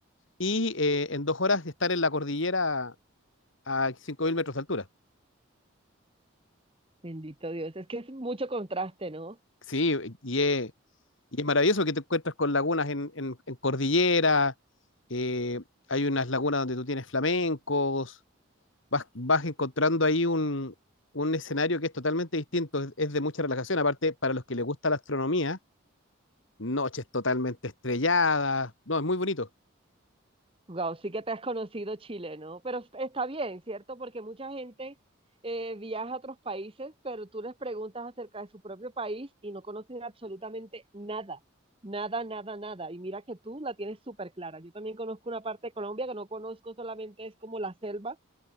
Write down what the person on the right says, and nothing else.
Bendito Dios. Es que es mucho contraste, ¿no?
Wow, sí que te has conocido Chile, ¿no? Pero es- está bien, ¿cierto? Porque mucha gente eh, viaja a otros países, pero tú les preguntas acerca de su propio país y no conocen absolutamente nada. Nada, nada, nada. Y mira que tú la tienes súper clara. Yo también conozco una parte de Colombia que no conozco, solamente es como la selva